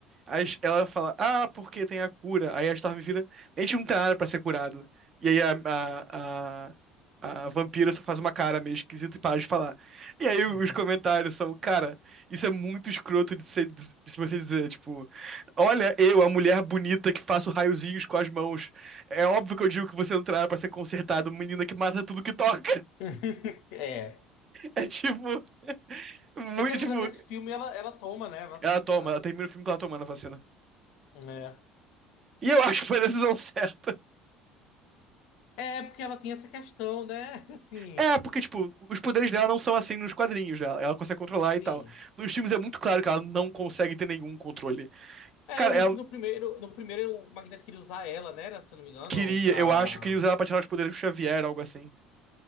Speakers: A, on the right; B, on the left.
A: as- ela fala, ah, porque tem a cura. Aí a Storm vira, a gente não tem nada pra ser curado. E aí a, a, a, a vampira só faz uma cara meio esquisita e para de falar. E aí os
B: uhum.
A: comentários são, cara, isso é muito escroto de, ser, de se você dizer, tipo, olha eu, a mulher bonita que faço raiozinhos com as mãos. É óbvio que eu digo que você não tem nada pra ser consertado, menina que mata tudo que toca. <laughs>
B: <laughs> É.
A: É tipo, muito,
B: Eu, se eu não
A: tipo,
B: me engano, nesse filme ela, ela toma, né, a vacina.
A: ela toma, ela termina o filme com ela tomando a vacina.
B: né?
A: E eu acho que foi a decisão certa.
B: É, porque ela tem essa questão, né? <laughs> Assim,
A: É, porque, tipo, os poderes dela não são assim nos quadrinhos dela. Ela consegue controlar
B: sim.
A: e tal. Nos filmes é muito claro que ela não consegue ter nenhum controle.
B: É,
A: Cara,
B: eu lembro
A: ela
B: que no primeiro, no primeiro o Magneto queria usar ela, né? era, Se eu não me engano,
A: queria,
B: pra.
A: eu acho, queria usar ela pra tirar os poderes do Xavier, algo assim.